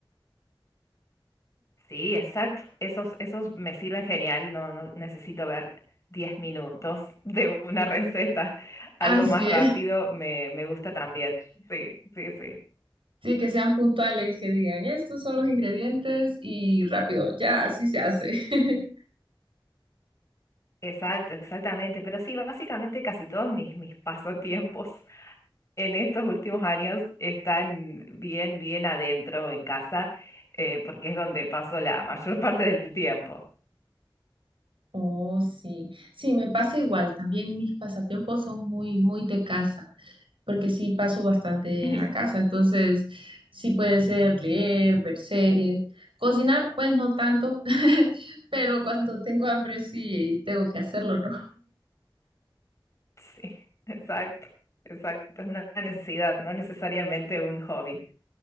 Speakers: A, on the left; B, on the right.
A: Sí, exacto. Esos, esos me sirven genial. No, no necesito ver 10 minutos <laughs> de una receta. Algo
B: Así
A: más rápido
B: es.
A: me, me gusta también. Sí, sí, sí.
B: Sí, que sean puntuales, que digan, estos son los ingredientes y rápido, ya así se hace. <laughs>
A: Exacto, exactamente. Pero sí, básicamente casi todos mis, mis pasatiempos <laughs> en estos últimos años están bien, bien adentro en casa, eh, porque es donde paso la mayor parte del tiempo.
B: Oh, sí. Sí, me pasa igual. También mis pasatiempos son muy, muy de casa, porque sí paso bastante
A: <laughs>
B: en la casa. Entonces, sí puede ser leer, ver series, cocinar, pues no tanto, <laughs> pero cuando tengo hambre sí tengo que hacerlo, ¿no?
A: Sí, exacto, exacto. Es una necesidad, no necesariamente un hobby.